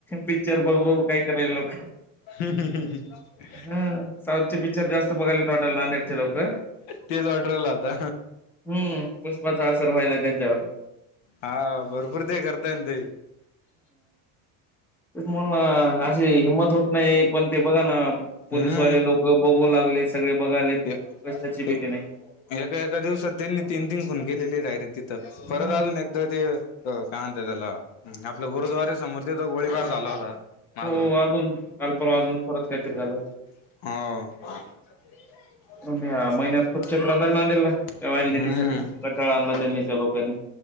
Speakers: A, in the centre; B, on the left.
A: पिक्चर बघ बघ काय करायल लोक
B: हम् हम् हम् ह
A: हा साऊथचे पिक्चर जास्त बघायला त वाटाला नांदेडचे लोक हम्म
B: तेच ऑर्डरला आता
A: पुष्पाचा अससर व्हायला त्यांच्यावर
B: हा भरपूर ते करताय ते
A: ते म्होल ना असशी हिंमत होत नाही पण ते बघा ना पोलिसवाले
B: हम्म
A: लोक बघू लागलेत सगळे बघायलेत
B: एक
A: कशाची भीती नाही
B: एका एका दिवसात त्यांनी तीन तीन फूनन केले डायरेक्ट
A: हम्म.
B: परत अजून एकदा ते कातेतला गुरुद्वे समृर्तीथ गोळीबार झाला होता माग
A: हो अजून काल परवा अजून परत काहीतरी झालं
B: हो
A: ह्या महिन्यात
B: हम्म
A: खूप चक्रा झाल्या नांदेडला त्या व्हॅलिडिटी साठी कंटाळा आणला त्यांनी त्या लोकांनी.